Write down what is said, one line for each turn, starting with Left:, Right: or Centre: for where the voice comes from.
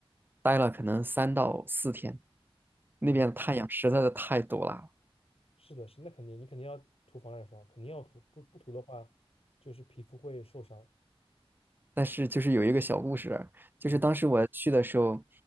Right: 待了可能三到四天，
Left: 嗯。
Right: 那边的太阳实在是太毒辣
Left: 是的，是那肯定，你肯定要涂防晒霜，肯定要涂，不不涂的话，就是皮肤会受伤。
Right: 但是就是有一个小故事，就是当时我去的时候，
Left: 嗯